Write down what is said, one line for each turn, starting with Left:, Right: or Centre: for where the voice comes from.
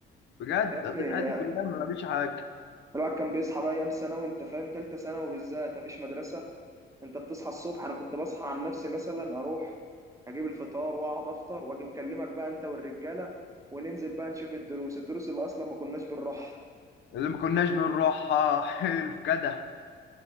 Left: بجد
Right: يا ابني
Left: قضيت حياتي كلها ما بعملش حاجه
Right: الواحد كان بيصحى بقى ايام ثانوي انت فاهم ثالثه ثانوي بالذات مفيش مدرسه انت بتصحى الصبح انا كنت بصحى عن نفسي مثلا اروح اجيب الفطار واقعد افطر واجي مكلمك بقى انت والرجاله وننزل بقى نشوف الدروس الدروس اللي اصلا ما كناش بنروحها
Left: اللي ما كناش بنروحها حلو كده